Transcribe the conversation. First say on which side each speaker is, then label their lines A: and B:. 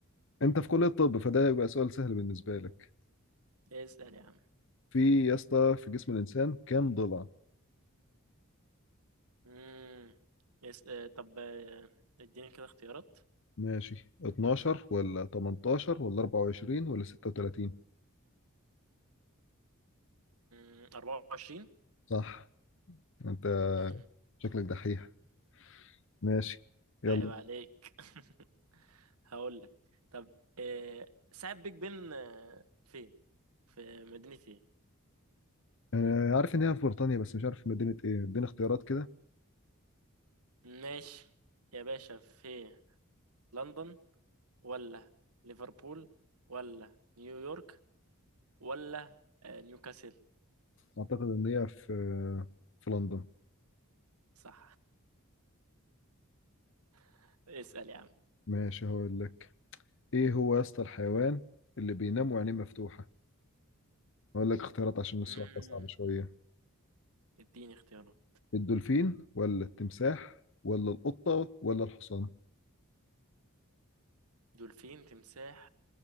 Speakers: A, on the left; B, on the right.
A: انت في كلية الطب فده يبقى سؤال سهل بالنسبة لك
B: اسال يا عم
A: في يا اسطى في جسم الانسان كام ضلع
B: امم يس... آه، طب آه، اديني كده اختيارات
A: ماشي 12 ولا 18 ولا 24 ولا 36
B: امم 24
A: صح انت
B: <laughs>
A: شكلك دحيح ماشي يلا
B: عيب عليك <laughs> هقول لك طب آه، ساعة بيج بن آه، فين في مدينة ايه
A: انا عارف ان هي في بريطانيا بس مش عارف في مدينة ايه اديني اختيارات كده
B: ماشي يا باشا في لندن ولا ليفربول ولا نيويورك ولا آه، نيوكاسل
A: اعتقد ان هي في في لندن
B: صح <laughs> اسأل يا عم
A: ماشي هقول لك ايه هو يا اسطى الحيوان اللي بينام وعينيه مفتوحة هقول لك اختيارات عشان السؤال
B: مم.
A: ده صعب شوية
B: اديني اختيارات
A: الدولفين ولا التمساح ولا القطة ولا الحصان
B: دولفين تمساح